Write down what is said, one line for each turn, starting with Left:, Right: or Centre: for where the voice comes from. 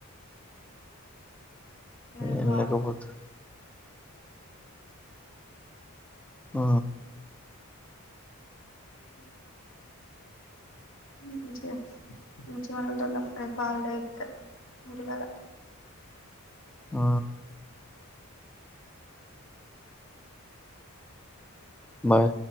Left: అ బా
Centre: ఏం లేకపోతే ఆ
Left: అ మంచిగా మంచిగా మనలం రేపుల్దైతే ఇంటికాల
Centre: ఆ బాయ్